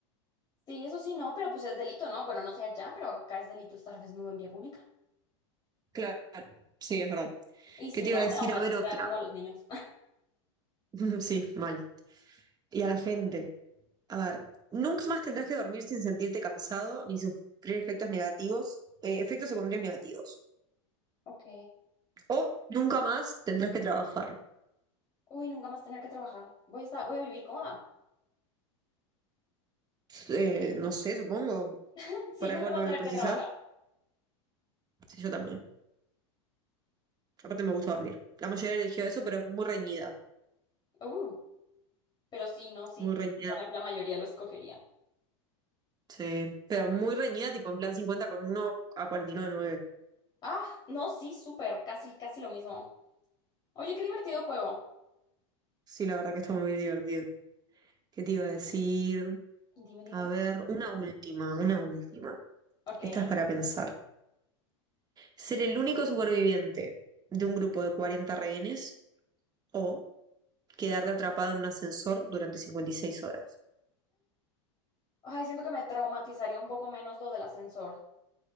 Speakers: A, on the left; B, on the right.
A: Sí, eso sí, no, pero pues es delito, ¿no? Bueno, no sé allá, pero acá es delito estar desnudo en vía pública.
B: Claro, sí, es verdad.
A: Y si
B: ¿Qué te
A: no,
B: iba a decir?
A: traumatiza
B: A ver otra.
A: a uno a los niños. <laughs>
B: <laughs> Sí, mal. Y a la gente. A ver, nunca más tendrás que dormir sin sentirte cansado ni sufrir efectos negativos, eh, efectos secundarios negativos.
A: Ok.
B: O nunca más tendrás que trabajar.
A: Uy, nunca más tener que trabajar. Voy a estar, voy a vivir cómoda.
B: Eh, no sé, supongo.
A: <laughs> Sí,
B: por
A: nunca
B: algo
A: más
B: no
A: tener
B: lo precisas,
A: que trabajar.
B: sí, yo también. Aparte me gusta dormir. La mayoría eligió eso, pero es muy reñida,
A: Uh, pero sí, no, sí,
B: muy reñida.
A: bueno, que la mayoría lo escogería.
B: Sí, pero muy reñida, tipo en plan 50 con uno a cuarenta y nueve. a nueve.
A: Ah, no, sí, súper, casi, casi lo mismo. Oye, qué divertido juego.
B: Sí, la verdad que está muy divertido. ¿Qué te iba a decir?
A: Dime, dime.
B: A ver, una última, una última.
A: Ok.
B: Esta es para pensar. ¿Ser el único superviviente de un grupo de 40 rehenes o quedarte atrapado en un ascensor durante 56 horas?
A: Ay, siento que me traumatizaría un poco menos lo del ascensor.